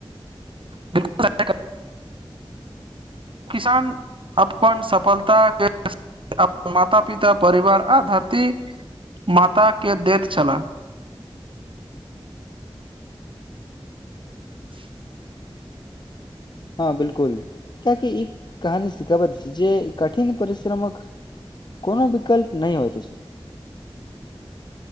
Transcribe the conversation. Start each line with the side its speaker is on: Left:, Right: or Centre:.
Right: बिल्कुल। किसान अपन सफलता के। अपन माता पिता परिवार आ धरती माता के दैत छलाह। <inaudible>
Left: हँ बिलकुल कियाकि ई कहानी सिखाबैत छै। जे कठिन परिश्रमक। कोनो विकल्प नहि होय त से।